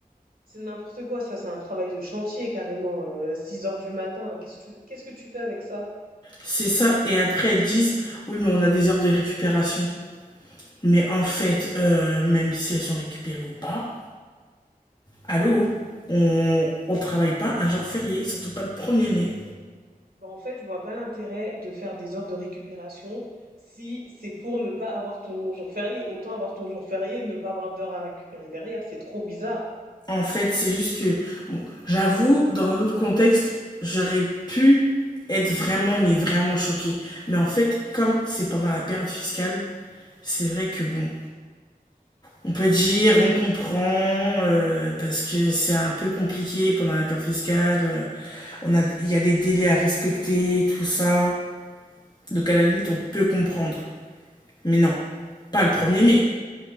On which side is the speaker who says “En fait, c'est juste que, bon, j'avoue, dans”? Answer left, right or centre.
Left